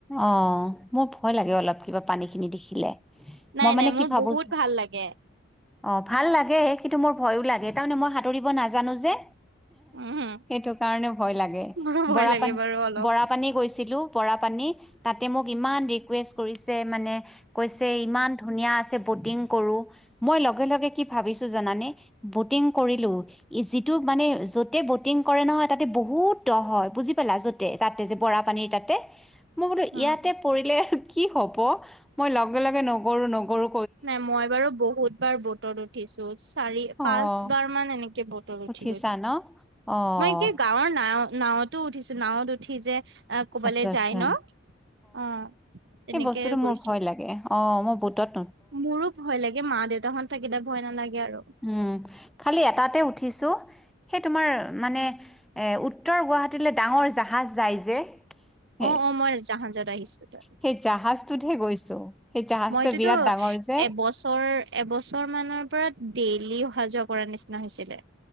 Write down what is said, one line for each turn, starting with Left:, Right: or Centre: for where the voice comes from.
Centre: অ মোৰ ভয় লাগে অলপ কিবা পানী খিনি দেখিলে
Right: নাই
Centre: মই মানে
Right: নাই
Centre: কি
Right: মোৰ
Centre: ভাবোঁ
Right: বহুত ভাল লাগে
Centre: অ ভাল লাগে কিন্তু মোৰ ভয়ো লাগে তাৰমানে মই সাঁতৰিব নাজানো যে
Right: উম
Centre: সেইটো কাৰণে ভয় লাগে
Right: মোৰো ভয়
Centre: বৰা
Right: লাগে
Centre: পানী
Right: বাৰু অলপ।
Centre: বৰা পানী গৈছিলো পৰা পানী তাতে মোক ইমান ৰিকুৱেষ্ট কৰিছে মানে কৈছে ইমান ধুনীয়া আছে বটিং কৰো মই লগে লগে কি ভাবিছো জানানে ব'টিং কৰিলো যিটো মানে য'তে ব'টিং কৰে নহয় তাতে বহুত দ হয় বুজি পালা য তাতে যে বৰা পানীৰ তাতে মই বোলো
Right: উম
Centre: ইয়াতে পৰিলে কি হ'ব মই লগে লগে নগৰু নগৰু
Right: নাই মই বাৰু বহুত বাৰ বটত উঠিছো চাৰি
Centre: অ
Right: পাঁচ বাৰ মান এনেকে বট উঠি
Centre: উঠিছা
Right: গৈছো
Centre: ন? অ',
Right: মই এেই গাঁৱৰ না নাৱতো উঠিছো নাৱত উঠি যে আহ ক'বালৈ
Centre: আচ্ছা আচ্ছা,
Right: যায় ন অ তেনেকে
Centre: সেই বস্তুটো মোৰ
Right: গৈছো
Centre: ভয় লাগে, অ মোৰ বুটত
Right: মোৰো ভয় লাগে মা দেউতাাহত থাকিলে ভয় নালাগে আৰু।
Centre: উম খালি এটাতে উঠিছো সেই তোমাৰ মানে এ উত্তৰ গুৱাহাটীলৈ ডাঙৰ জাহাজ যায় যে এ
Right: অ অ মই জাহাজত আহিছিলো
Centre: সেই জাহাজটোতহে গৈছো সেই জাহাজটো
Right: মইতোতো
Centre: বিৰাট ডাঙৰ যে
Right: এবছৰ এবছৰ মানৰ পৰা ডেইলি অহা যোৱা কৰাৰ নিচিনা হৈছিলে।